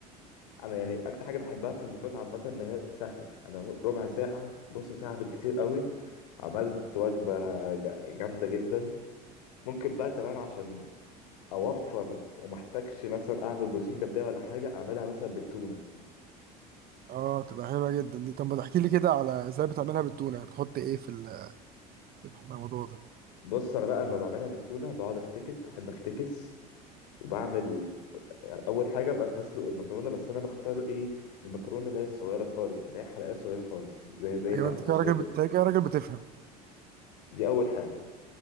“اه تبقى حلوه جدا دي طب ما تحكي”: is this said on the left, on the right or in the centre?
Right